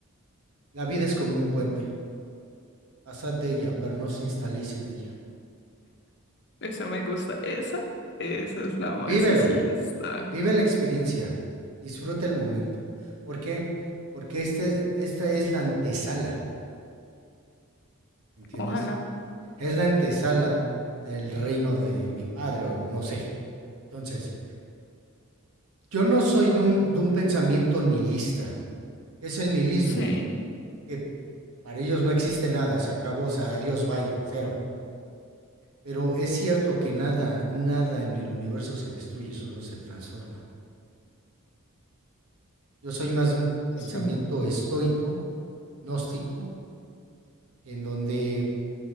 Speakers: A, on the right; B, on the left.
A: la vida es como un puente. Pasad de ella, pero no os instaléis en ella.
B: Esa me gusta, esa, esa es la,
A: Vívelo,
B: ma- esa sí está.
A: vive la experiencia, disfruta el momento. ¿Por qué? Porque este, esta es la antesala, ¿entiendes?
B: Ojalá,
A: Es la antesala del reino de mi padre, o no sé. Entonces, yo no soy de un, de un pensamiento nihilista, que es el nihilismo,
B: sí,
A: que para ellos no existe nada, se acabó, adiós, bye, cero. Pero es cierto que nada, nada en el universo se destruye, solo se transforma. Yo soy más de un pensamiento
B: Sí.
A: estoico, gnóstico, en donde